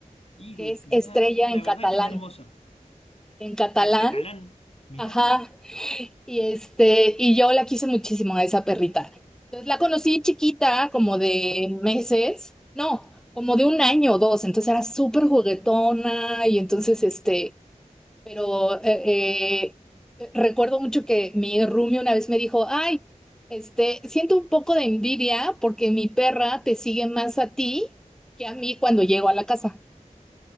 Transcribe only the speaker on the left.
Iru,
mirá,
que la
verdad que es hermoso.
Es catalán. Mirá,